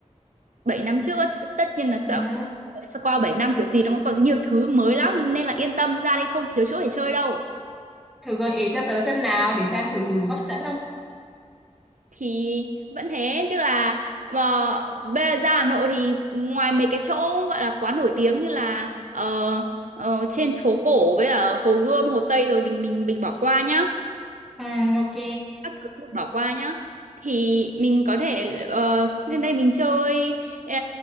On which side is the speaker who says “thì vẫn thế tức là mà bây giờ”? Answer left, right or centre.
Right